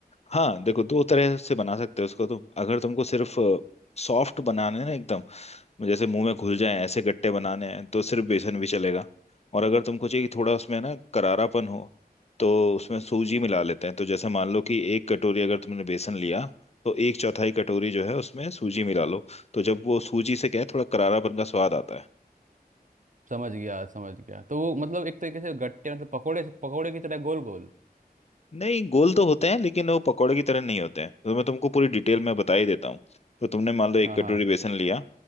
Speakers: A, on the left (about 40°); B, on the right (about 50°).
A: हाँ देखो दो तरह से बना सकते हो उसको तुम अगर तुमको सिर्फ सॉफ्ट बनाना है ना एकदम जैसे मुंह में घुल जाए ऐसे गट्टे बनाने हैं तो सिर्फ बेसन भी चलेगा और अगर तुमको चाहिए कि थोड़ा उसमें ना करारापन हो तो उसमें सूजी मिला लेते हैं तो जैसे मान लो कि एक कटोरी अगर तुमने बेसन लिया तो एक चौथाई कटोरी जो है उसमें सूजी मिला लो तो जब वो सूजी से क्या है थोड़ा करारापन का स्वाद आता है
B: समझ गया समझ गया तो वो मतलब एक तरीके से गट्टे मतलब पकोड़े पकोड़े की तरह गोल गोल
A: नहीं गोल तो होते हैं लेकिन वो पकौड़े की तरह नहीं होते हैं तो मैं तुमको पूरी डिटेल में बता ही देता हूँ तो तुमने मान लो एक
B: हाँ
A: कटोरी
B: हाँ
A: बेसन लिया